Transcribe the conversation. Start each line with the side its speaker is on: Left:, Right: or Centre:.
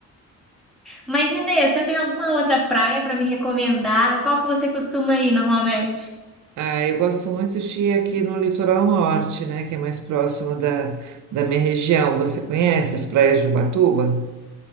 Centre: mas Inês, você tem alguma outra praia para me recomendar? Qual que você costuma ir normalmente?
Right: Ah, eu gosto muito de ir aqui no litoral norte, né, que é mais próximo da, da minha região. Você conhece as praias de Ubatuba?